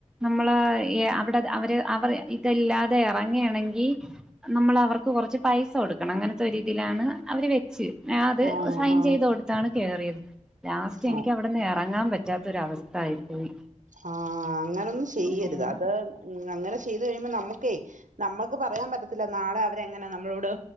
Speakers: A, in the centre; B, on the right.
A: നമ്മളായ അവടെ അവര് അവറ് ഇ- ഇതെല്ലാതെ എറങ്ങി ആണങ്കി നമ്മൾ അവർക്ക് കൊറച്ച് പൈസ കൊടുക്കണം അങ്ങനത്തെ രീതിയിലാണ് അവര് വെച്ച് ഞാൻ അത്
B: ആ
A: സൈൻ
B: ആ
A: ചെയ്ത് കൊടുത്താണ് കേയറിയ ലാസ്റ്റ്
B: ആ
A: എനിക്ക് അവിടുന്ന് എറങ്ങാൻ പ റ്റാത്തൊ രഅവസ്ഥ ആയി പോയി
B: ആ.. അങ്ങനൊന്നും ചെയ്യരുത്
A: ഉം
B: അത് അ് അങ്ങനെ ഇത് നമുക്കേയ് നമ്മുക്ക് പറയാൻ പറ്റത്തില്ല നാളെ അവരെങ്ങനെ നമ്മളോട്